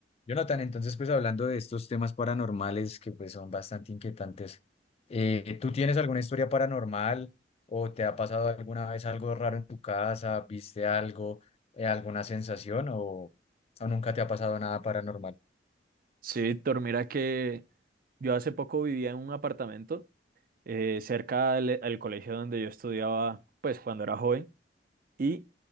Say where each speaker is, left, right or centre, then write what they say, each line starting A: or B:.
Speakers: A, on the left; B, on the right.
A: Jonathan, entonces pues hablando de estos temas paranormales que pues son bastante inquietantes, eh, ¿tú tienes alguna historia paranormal o te ha pasado alguna vez algo raro en tu casa? ¿Viste algo, eh, alguna sensación o, o nunca te ha pasado nada paranormal?
B: Sí, Víctor, mira que yo hace poco vivía en un apartamento eh, cerca al, al colegio donde yo estudiaba, pues cuando era joven, y